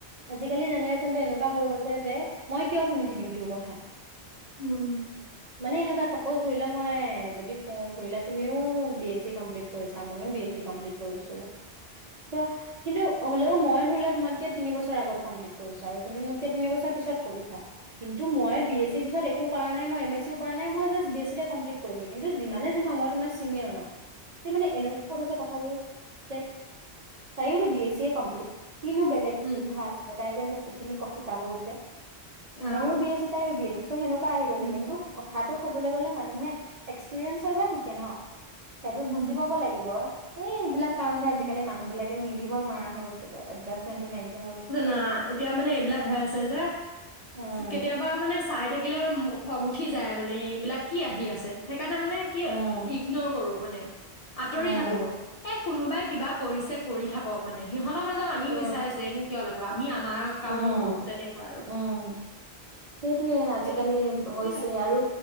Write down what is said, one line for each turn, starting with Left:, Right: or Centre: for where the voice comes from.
Right: আজিকালি আজিকালি জেনেৰে্চনটো এনেকুৱা হৈ গৈছে যে মই কিয় শুনি থাকিম তোৰ কথা।
Left: উম উম।
Right: মানে এনেকুৱা চাপোজ ধৰি লোৱা মই যদি কওঁ ধৰি ল তুমিও বি এছ চি কমপ্লিট কৰিছা মইও বি এছ চি কমপ্লিট কৰিছো। চ কিন্তু হ'লেও মই ধৰি লোৱা তোমাতকে তিনি বছৰ আগত কমপ্লিট কৰিছো আৰু। তুমি মোতকে তিন বছৰ পিছত কৰিছা কিন্তু মই বিএছ চি পিছত একো পাৰা নাই মই এম এচ চিয়ো কৰা নাই, মই জাষ্ট বি এচ চি তে কমপিল্ট কৰিছোঁ। কিন্তু যিমানেই যি নহক মই তোমাৰ চিনিয়ৰ ন। তে মানে এনেকুৱা গৈছে কথাবোৰ তে তাইয়োতো বি এছ চি এ কম্প্লিট। কিনো বেলেগ শিক্ষা
Left: উম
Right: আছে? মোক এইখিনি ক শিকাব গৈছে।
Left: আহ
Right: মইয়ো বি এ চি, তাইও বি এ চি। চো সেনেকুৱা আহি গৈছে
Left: উম
Right: কিন্তু কথাটো ক'ব গলে মানুহে এক্সপিৰিয়েঞ্চৰ পৰা শিকে ন। সেইটো বুজি
Left: উম
Right: পাব লাগিব। এই বিলাক কাৰণতে
Left: উম
Right: আজিকালি মানুহ বিলাকে মিলি ব নোৱাৰা হৈ গৈছে। কি কয়, এডজাষ্টমেনতো নাইকিয়া হৈ গৈছে।
Left: না এতিয়া মানে এইবিলাক হৈ আছে যে
Right: উম,
Left: কেতিয়াবা মানে চাই থাকি এইবিলাক খং উঠি যায় মানে এইবিলাক কি আহি আছে? সেইকাৰণে মানে কি
Right: উম,
Left: ইগনৰ কৰোঁ মানে আঁতৰি
Right: উম।
Left: থাকোঁ। কোনোবাই কিবা কৰিছে কৰি থাকক মানে সিহঁত তহঁতৰ মাজত আমি
Right: উম।
Left: মিছাই জেং কিয় লাগো। আমি আমাৰ কামতটো
Right: উম,
Left: কৰোঁ তেনেকুৱা আৰু
Right: উম, সেইটোয়ে আজিকালি
Left: সেইটোৱে উম,
Right: হৈছে
Left: সেইয়াই
Right: আৰু